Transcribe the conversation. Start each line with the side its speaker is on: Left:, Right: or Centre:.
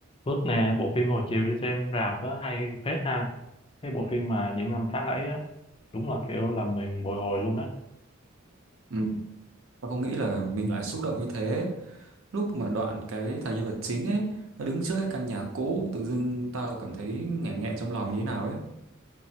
Left: Phước nè, bộ phim hồi chiều đi xem rạp á, hay phết ha. Cái bộ phim mà những năm tháng ấy á, đúng là kiểu làm mình bồi hồi luôn á.
Right: Ừ. Và không nghĩ là mình lại xúc động như thế lúc mà đoạn cái thằng nhân vật chính ấy nó đứng trước cái căn nhà cũ tự dưng tao cảm thấy nghẹn nghẹn trong lòng như thế nào ấy